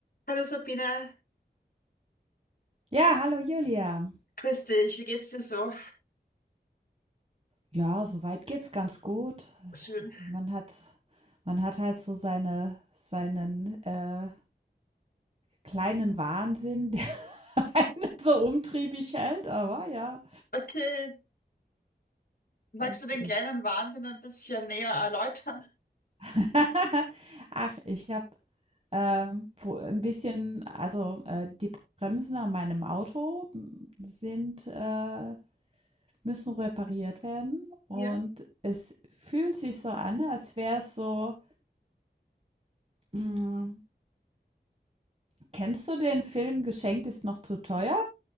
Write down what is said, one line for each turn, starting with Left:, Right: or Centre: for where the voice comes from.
Left: Hallo Sabine,
Right: Ja, hallo Julia.
Left: grüß dich, wie geht's dir so?
Right: Ja, soweit geht's ganz gut.
Left: Schön.
Right: Man hat, man hat halt so seine, seinen äh, kleinen Wahnsinn, <laughs> der einen so umtriebig hält, aber ja,
Left: Okay, magst
Right: das
Left: du den
Right: ist.
Left: kleinen Wahnsinn ein bisschen näher erläutern?
Right: <laughs> Ach, ich habe ein bisschen, also äh, die Bremsen an meinem Auto sind, äh, müssen repariert werden und
Left: Ja?
Right: es fühlt sich so an, als wäre es so. mm, Kennst du den Film „Geschenkt ist noch zu teuer“?